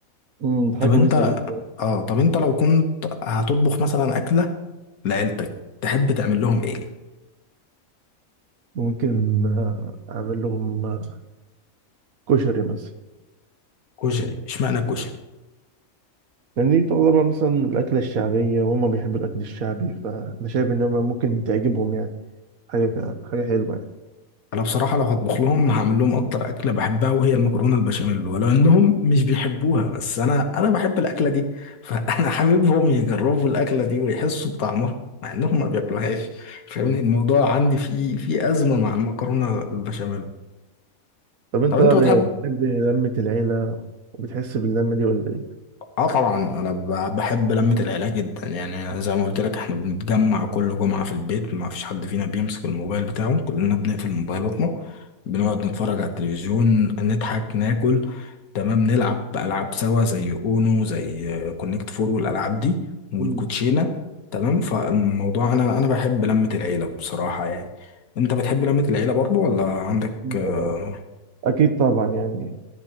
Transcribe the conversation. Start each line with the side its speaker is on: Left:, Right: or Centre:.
Right: مم، حاجة
Left: طب انت
Right: كويسة جدا
Left: اه طب انت لو كنت هتطبخ مثلا اكله لعيلتك تحب تعمل لهم ايه
Right: ممكن آه، أعمل لهم آه، كشري مثلا
Left: كشري اشمعنى الكشري
Right: لأن دي تعتبر مثلا الأكلة الشعبية وهما بيحبوا الأكل الشعبي فأنا شايف إن هما ممكن تعجبهم يعني حاجة ك- حاجة حلوة يعني
Left: انا بصراحه لو هطبخ لهم هعمل لهم اكتر اكله بحبها وهي المكرونه البشاميل ولو انهم مش بيحبوها بس انا انا بحب الاكله دي فانا <laughs> حاببهم يجربوا الاكله دي ويحسوا بطعمها مع انهم ما بياكلوهاش فاهمني
Right: مم.
Left: الموضوع عندي فيه فيه ازمه مع المكرونه البشاميل
Right: طب أنت
Left: طب انت
Right: بقى
Left: بتحب
Right: بتحب لمة العيلة وبتحس باللمة دي ولا إيه؟
Left: اه طبعا انا ب- بحب لمة العيله جدا يعني زي ما قلت لك احنا بنتجمع كل جمعة في البيت ما فيش حد فينا بيمسك الموبايل بتاعه كلنا بنقفل موبايلاتنا بنقعد نتفرج على التلفزيون نضحك ناكل تمام نلعب العاب سوا زي اونو زي كونكت فور والالعاب دي والكوتشينة
Right: مم.
Left: تمام فالموضوع انا انا بحب لمة العيله بصراحة يعني انت بتحب لمة العيله برضو ولا عندك
Right: طبعاً.
Left: آه،
Right: أكيد طبعا يعني